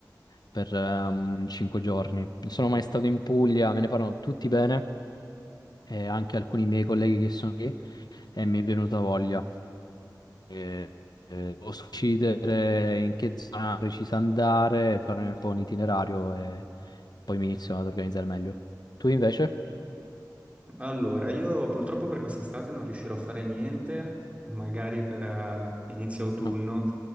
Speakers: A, on the left (about 65°); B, on the right (about 20°).
A: per ehm, cinque giorni. Non sono mai stato in Puglia, me ne parlano tutti bene, e anche alcuni miei colleghi che sono lì, e mi è venuta voglia. eh, eh, posso decidere in che zona precisa andare, fare un po' un itinerario e poi mi inizio ad organizzare meglio. Tu invece?
B: Allora, io purtroppo per quest'estate non riuscirò a fare niente, magari per eh, inizio autunno.
A: No.